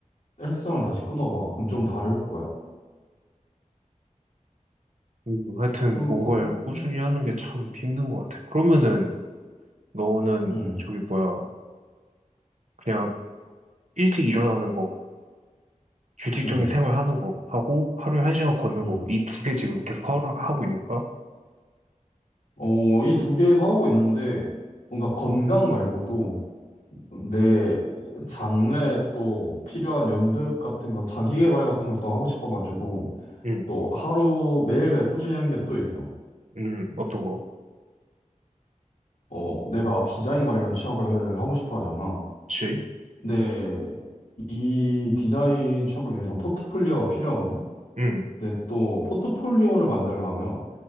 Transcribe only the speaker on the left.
헬스장을 다시 끊어봐. 그럼 좀 다를 거야.
그거,
응,
응,
응.
어, 이 두 개도 하고 있는데, 뭔가 건강 말고도 내 장래 또 필요한 연습 같은 거, 자기계발 같은 걸 또 하고 싶어가지고,
또 하루 매일매일 꾸준히 하는 게 또 있어.
어, 내가 디자인 관련 취업을 하고 싶어 하잖아.
근데 이 디자인 취업을 위해서는 포트폴리오가 필요하거든.
근데 또 포트폴리오를 만들려면